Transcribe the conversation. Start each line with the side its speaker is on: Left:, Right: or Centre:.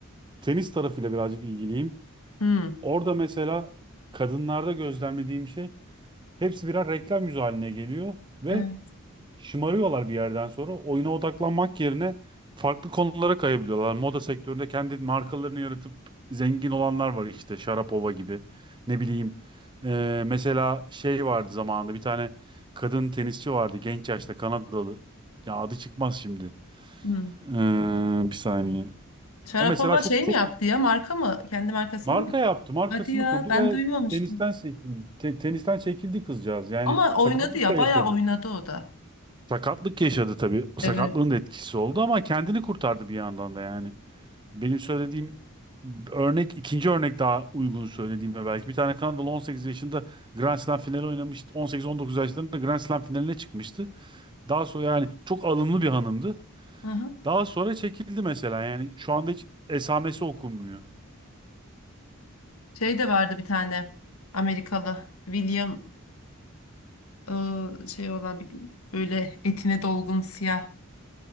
Right: tenis tarafıyla birazcık ilgiliyim.
Left: Hmm,
Right: Orada mesela kadınlarda gözlemlediğim şey hepsi birer reklam yüzü haline geliyor ve
Left: evet.
Right: şımarıyorlar bir yerden sonra. Oyuna odaklanmak yerine farklı konulara kayabiliyorlar. Moda sektöründe kendi markalarını yaratıp zengin olanlar var işte Sharapova gibi. Ne bileyim eee, mesela şey vardı zamanında bir tane kadın tenisçi vardı genç yaşta Kanadalı. Ya adı çıkmaz şimdi.
Left: Hmm.
Right: Eee, bir saniye.
Left: Sharapova
Right: O mesela çok
Left: şey
Right: çok
Left: mi yaptı ya? Marka mı? Kendi markasını
Right: Marka
Left: mı?
Right: yaptı, markasını
Left: Hadi ya
Right: kurdu
Left: ben
Right: ve
Left: duymamıştım.
Right: tenisten seçildi. Te- tenisten çekildi kızcağız. Yani
Left: Ama oynadı
Right: sakatlık
Left: ya
Right: da yaşadı.
Left: bayağı oynadı o da.
Right: Sakatlık yaşadı tabii. Sakatlığın
Left: Evet.
Right: da etkisi oldu ama kendini kurtardı bir yandan da yani. Benim söylediğim örnek, ikinci örnek daha uygun söylediğimde belki. Bir tane Kanadalı 18 yaşında Grand Slam finali oynamıştı. 18-19 yaşlarında Grand Slam finaline çıkmıştı. Daha sonra yani çok alımlı bir hanımdı.
Left: Aha.
Right: Daha sonra çekildi mesela yani şu anda hiç esamesi okunmuyor.
Left: Şey de vardı bir tane Amerikalı William e, şey olan bir böyle etine dolgun siyah.